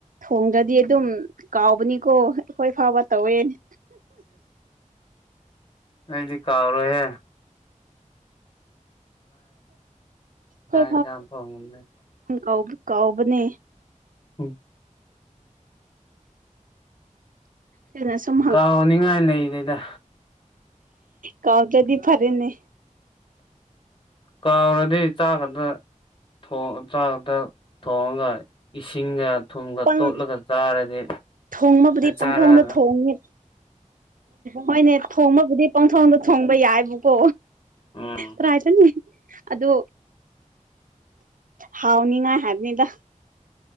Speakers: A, on the right; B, on the left.
A: ꯊꯣꯡꯗ꯭ꯔꯗꯤ ꯑꯗꯨꯝ ꯀꯥꯎꯕꯅꯤꯀꯣ ꯑꯩꯈꯣꯏ ꯐꯥꯎꯕ ꯇꯧꯋꯦꯅꯤ
B: ꯑꯗꯤ ꯀꯥꯔꯍꯦ
A: ꯍꯣꯏ
B: ꯆꯥꯛ ꯌꯦꯟꯁꯥꯡ ꯊꯣꯡꯕꯗꯤ
A: ꯍꯥꯎ ꯀ ꯀꯥꯎꯕꯅꯦ
B: ꯎꯝ
A: ꯑꯗꯨꯅ ꯁꯨꯝ
B: ꯀꯥꯎꯅꯤꯡꯉꯥꯏ ꯂꯩꯗꯩꯗ
A: ꯀꯥꯎ ꯀꯗꯤ ꯐꯔꯦꯅꯦ
B: ꯀꯥꯎꯔꯗꯤ ꯆꯥꯛ ꯈꯛꯇꯣꯡ ꯆꯥꯛ ꯈꯛꯇ ꯊꯣꯡꯉꯒ ꯏꯁꯤꯡꯒ ꯊꯨꯝꯒ
A: ꯄꯪ
B: ꯇꯣꯠꯂꯒ ꯆꯥꯔꯗꯤ
A: ꯊꯣꯡꯕꯕꯨꯗꯤ
B: ꯆꯥꯔꯒ
A: ꯄꯪꯊꯣꯡꯗ ꯊꯣꯡꯉꯤ ꯍꯣꯏꯅꯦ ꯊꯣꯡꯕꯕꯨꯗꯤ ꯄꯪꯊꯣꯡꯗ ꯊꯣꯡꯕ ꯌꯥꯏꯕꯨꯀꯣ
B: ꯎꯝ
A: ꯇꯑꯆ ꯃꯤ ꯑꯗꯨ ꯍꯥꯎꯅꯤꯉꯥꯏ ꯍꯥꯏꯕꯅꯤꯗ